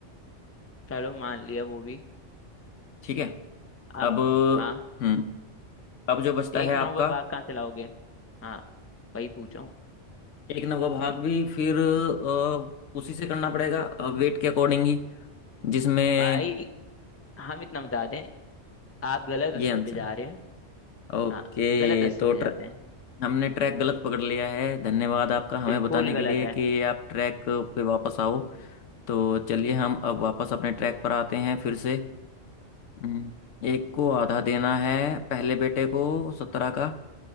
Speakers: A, on the left (about 15°); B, on the left (about 85°).
A: चलो मान लिया वो भी
B: ठीक है अब
A: अब हाँ
B: हम्म अब जो बचता है
A: एक
B: आपका
A: नंबर भाग कहाँ से लाओगे हाँ वही पूछो
B: एक नवा भाग भी फिर अ, उसी से करना पड़ेगा वेट के अकॉर्डिंग ही जिसमें
A: भाई हम इतना बता दें आप गलत रास्ते
B: ये आंसर
A: पे जा
B: है
A: रहे हैं
B: ओके
A: हाँ गलत रास्ते
B: तो
A: पे
B: ट्र,
A: जाते हैं
B: हमने ट्रैक गलत पकड़ लिया है धन्यवाद आपका हमें
A: बिल्कुल
B: बताने
A: गलत
B: के लिए
A: है
B: कि आप ट्रैक पे वापस आओ तो चलिए हम अब वापस अपने ट्रैक पर आते हैं फिर से हम्म, एक को आधा देना है पहले बेटे को सत्रह का